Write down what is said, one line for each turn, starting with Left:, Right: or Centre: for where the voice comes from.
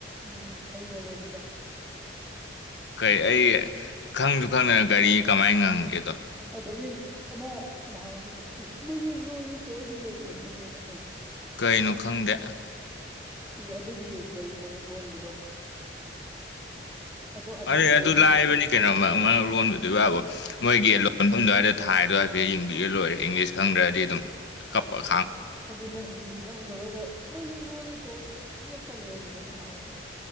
Centre: ꯎꯝ ꯍꯩꯔꯕ ꯑꯗꯨꯗ
Left: ꯀꯩ ꯑꯩ ꯈꯪꯁꯨ ꯈꯪꯗꯅ ꯒꯥꯔꯤ ꯀꯃꯥꯏꯅ ꯉꯪꯒꯦ
Centre: ꯑꯗꯒꯤ ꯑꯃ ꯅꯍꯥꯟꯒꯤ ꯑꯦ ꯃꯃꯤꯡ ꯂꯣ ꯂꯤꯠꯇꯣ ꯑꯗꯨꯝ ꯂꯩꯕꯣ ꯈꯕ꯭ꯔꯥ ꯅꯪꯅ
Left: ꯀꯩꯅꯣ ꯈꯪꯗꯦ
Centre: ꯑꯦ ꯑꯗꯨꯒꯤ ꯒꯥꯔꯤ ꯃꯉꯛ ꯂꯣꯟꯕꯗꯣ ꯑꯗꯣ ꯑꯟꯂꯣꯛ
Left: ꯎ ꯑꯩ
Centre: ꯇꯧꯕ
Left: ꯑꯗꯨ
Centre: ꯍꯩꯇ꯭ꯔꯤꯕ
Left: ꯂꯥꯛꯏꯕꯅꯤ ꯀꯩꯅꯣ ꯃꯔꯛ ꯂꯣꯟꯕꯗꯨ ꯋꯥꯕ ꯃꯣꯏꯒꯤ ꯂꯣꯟꯐꯝ ꯑꯗꯨꯋꯥꯏꯗ ꯊꯥꯏꯗꯣ ꯍꯥꯏꯐꯦꯠꯇꯠ ꯌꯦꯡꯕꯤꯔ ꯂꯣꯏꯔꯦ ꯏꯪꯂꯤꯁ ꯈꯪꯗ꯭ꯔꯗꯤ ꯑꯗꯨꯝ ꯀꯞꯄꯒ
Centre: ꯑꯗꯨꯅ ꯏꯪꯂꯤꯁ ꯈꯪꯗꯕꯩꯗ ꯃꯣꯏꯗꯨ ꯂꯣꯟ ꯂꯤꯗꯣ ꯆꯦꯞꯄꯜ ꯂꯩꯦ ꯍꯥꯏꯕꯗ ꯅꯍꯥꯎ